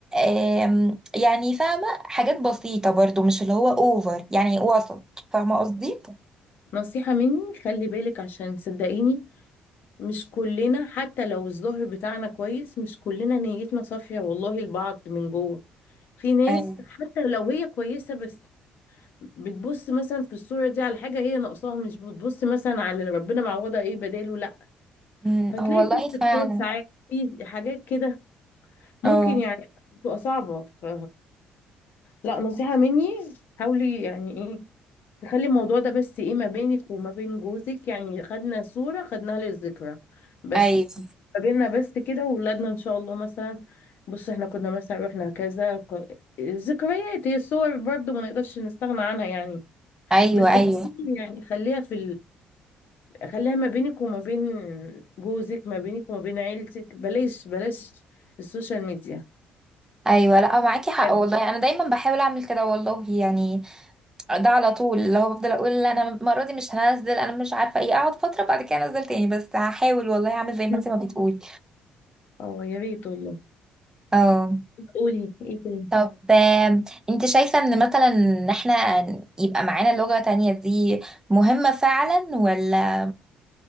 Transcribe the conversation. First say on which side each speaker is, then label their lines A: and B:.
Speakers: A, on the right; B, on the left.
A: آم، يعني فاهمة حاجات بسيطة برضو مش اللي هو اوفر يعني وسط فاهمة قصدي؟
B: نصيحه مني خلي بالك عشان صدقيني مش كلنا حتى لو الظاهر بتاعنا كويس مش كلنا نيتنا صافيه والله البعض من جوه في ناس
A: ايوه
B: حتى لو هي كويسه بس بتبص مثلا في الصوره دي على حاجه هي ناقصاها مش بتبص مثلا على اللي ربنا معوضها ايه بداله لا
A: أمم،
B: فتلاقي
A: هو والله
B: في استفسار
A: فعلا
B: ساعات في حاجات كده ممكن
A: اه
B: يعني بتبقى صعبة ف... لا نصيحة مني حاولي يعني ايه تخلي الموضوع ده بس ايه ما بينك وما بين جوزك يعني خدنا صورة خدناها للذكرى بس
A: ايوه
B: ما بيننا بس كده وولادنا ان شاء الله مثلا بص احنا كنا مثلا رحنا كذا ك- الذكريات هي الصور برضو ما نقدرش نستغنى عنها يعني
A: ايوه
B: بس
A: ايوه
B: خليها- يعني خليها في خليها ما بينك وما بين جوزك ما بينك وما بين عيلتك بلاش بلاش السوشيال ميديا
A: ايوه لا معاكي حق
B: بجد.
A: والله انا دايما بحاول اعمل كده والله يعني ده على طول اللي هو بفضل اقول لا انا المرة دي مش هنزل انا مش عارفة ايه اقعد فترة بعد كده انزل تاني بس هحاول والله اعمل زي ما
B: مم.
A: انت ما بتقولي
B: اه يا ريت والله
A: اه
B: قولي ايه تاني
A: طب آم، انت شايفة ان مثلا ان احنا يبقى معانا لغة تانية دي مهمة فعلا ولا